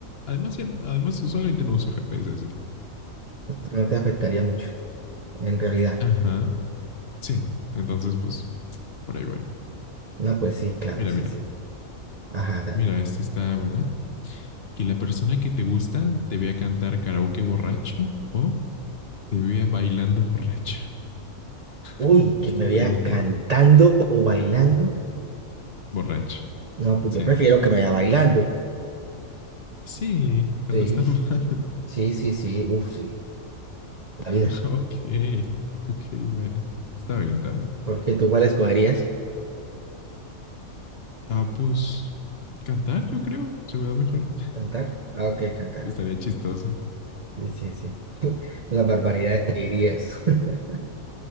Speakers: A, on the left; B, on the right.
A: Además, ya- además, usualmente no uso GPS así.
B: No te afectaría mucho, en realidad.
A: Ajá, sí. Entonces, pues, por ahí voy.
B: No, pues sí, claro,
A: Mira,
B: sí,
A: mira,
B: sí. Ajá, dale.
A: mira, esta está buena. Que la persona que te gusta te vea cantar karaoke borracho o te vea bailando borracho.
B: Uy,
A: <laughs> Esta
B: que me
A: pregunta.
B: vea cantando o bailando.
A: Borracho,
B: No, pues
A: sí.
B: yo prefiero que me vea bailando.
A: Sí, cantaste
B: Sí,
A: mal.
B: sí, sí, sí, uff, sí. La vida.
A: <laughs> Ok, ok, bueno. Está bien, está bien.
B: ¿Por qué tú cuál escogerías?
A: Ah, pues cantar, yo creo. Se me da mejor.
B: ¿Cantar? Ah, ok, cantar.
A: Estaría chistoso,
B: Sí, sí, sí. Las barbaridades que dirías. <laughs>